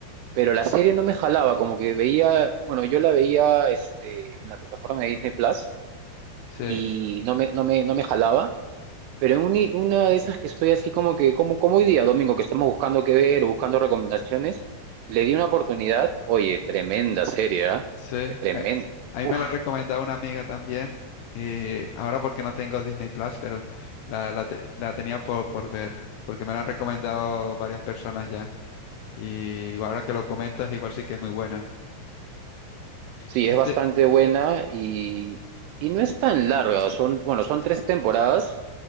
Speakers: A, on the right (about 80°); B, on the left (about 75°).
A: Pero la serie no me jalaba, como que veía, bueno, yo la veía este, en la plataforma de Disney Plus
B: Sí.
A: y no me, no me, no me jalaba. Pero en uni- una de esas que estoy así como que, como, como hoy día, domingo, que estamos buscando qué ver o buscando recomendaciones, le di una oportunidad. Oye, tremenda serie, ¿ah?
B: Sí, eh,
A: Tremenda.
B: a mí
A: Uf,
B: me la recomendado una amiga también. Y ahora porque no tengo Disney Plus, pero la, la, te- la tenía por, por ver, porque me la han recomendado varias personas ya. Y ahora que lo comentas, igual sí que es muy buena.
A: sí,
B: Este,
A: es bastante buena y, y no es tan larga. Son, bueno, son tres temporadas